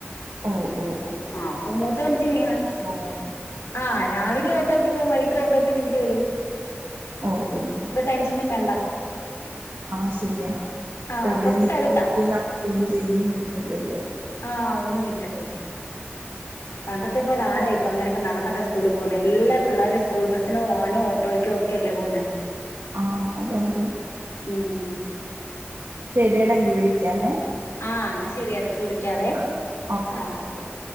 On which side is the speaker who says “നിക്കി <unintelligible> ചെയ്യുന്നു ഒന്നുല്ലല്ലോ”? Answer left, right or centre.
Right